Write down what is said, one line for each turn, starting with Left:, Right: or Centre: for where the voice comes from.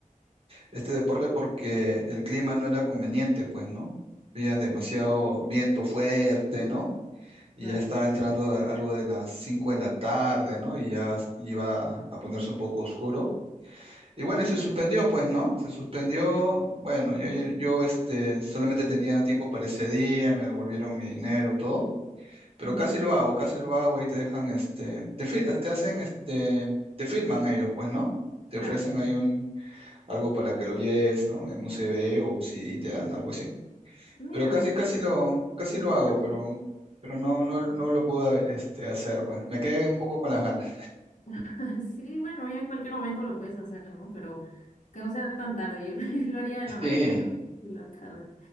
Right: este deporte porque el clima no era conveniente, pues, ¿no? Había demasiado viento fuerte, ¿no? Y
Left: claro.
Right: ya estaba entrando a- algo de las 5 de la tarde, ¿no? Y ya s- iba a ponerse un poco oscuro. Y bueno,
Left: Uy,
Right: y se suspendió,
Left: bueno.
Right: pues, ¿no? Se suspendió. Bueno, yo, yo yo, este, solamente tenía tiempo para ese día, me devolvieron mi dinero y todo. Pero
Left: Ujú,
Right: casi lo hago, casi lo hago y te dejan, este, te, fil- te hacen, este, te filman ellos, pues, ¿no? Te
Left: Claro.
Right: ofrecen ahí un, algo para que lo lleves, ¿no? En un CD o un CD te dan algo así.
Left: Mira,
Right: Pero casi, casi lo, casi lo hago, pero,
Left: sí,
Right: pero no, no, no lo pude este, hacer, pues. Me quedé un poco con las ganas.
Left: <laughs> Sí, bueno, ya en cualquier momento lo puedes hacer, ¿no? Pero que no sea tan tarde, yo lo, <laughs> yo lo haría en la mañana,
Right: Sí,
Left: en la tarde.